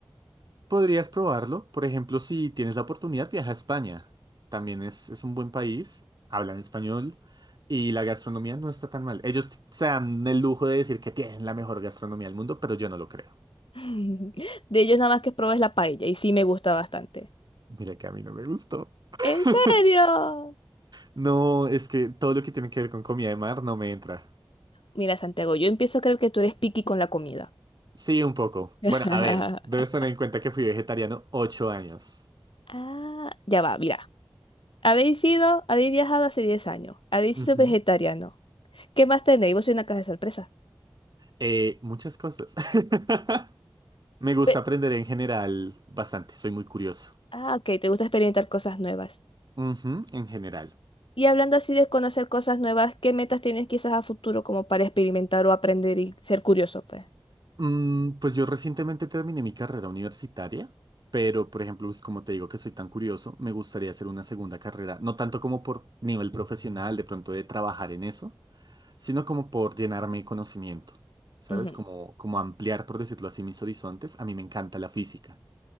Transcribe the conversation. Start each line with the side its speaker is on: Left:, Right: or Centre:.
Right: Podrías probarlo. Por ejemplo, si tienes la oportunidad, viaja a España. También es, es un buen país, hablan español y la gastronomía no está tan mal. Ellos t- se dan el lujo de decir que tienen la mejor gastronomía del mundo, pero yo no lo creo.
Left: <laughs> De ellos nada más que probé es la paella y sí me gusta bastante.
Right: Mira que a mí no me gustó. <laughs>
Left: ¿En serio?
Right: No, es que todo lo que tiene que ver con comida de mar no me entra.
Left: Mira, Santiago, yo empiezo a creer que tú eres picky con la comida.
Right: Sí, un poco.
Left: <laughs>
Right: Bueno, a ver, debes tener en cuenta que fui vegetariano ocho años.
Left: Ah, ya va, mira. Habéis sido, habéis viajado hace 10 años, habéis
Right: Ujú.
Left: sido vegetariano. ¿Qué más tenéis? Vos sois una caja de sorpresa.
Right: Eh, muchas cosas. <laughs> Me gusta
Left: Pe-
Right: aprender en general bastante, soy muy curioso.
Left: Ah, ok, te gusta experimentar cosas nuevas.
Right: Ujú, en general.
Left: Y hablando así de conocer cosas nuevas, ¿qué metas tienes quizás a futuro como para experimentar o aprender y ser curioso, pues?
Right: Mm, pues yo recientemente terminé mi carrera universitaria, pero por ejemplo, pues, como te digo que soy tan curioso, me gustaría hacer una segunda carrera, no tanto como por nivel profesional, de pronto de trabajar en eso, sino como por llenarme de conocimiento, ¿sabes?
Left: Ujú.
Right: Como, como ampliar, por decirlo así, mis horizontes. A mí me encanta la física.